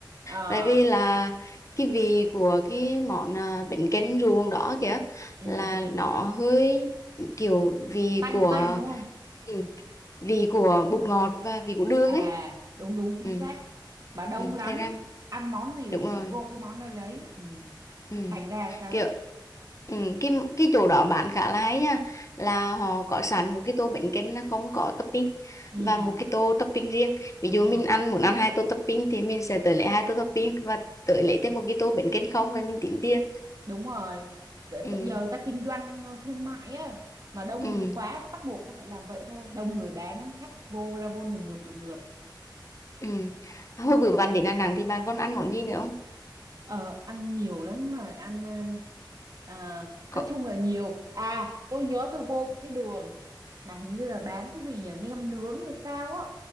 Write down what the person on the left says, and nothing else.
tại vì là cái vị của cái món à, bánh canh ruồng đó kìa
là nó hơi kiểu vị
của
ừ, vị của bột ngọt và vị của đường
ấy
ừ,
ừ,
thế ra
đúng rồi
ừ.
kiểu ừ. cái cái chỗ đó bán khá là hay nha là họ có sẵn một cái tô bánh canh nó không có topping
và một cái tô topping riêng ví dụ
mình ăn muốn ăn hai tô topping thì mình sẽ tới lấy hai tô topping và tới lấy thêm một cái tô bánh canh không và mình tính tiền
ừ
ừ
ừ hồi bữa bạn đến Đà Nẵng thì bạn còn ăn món gì nữa không
có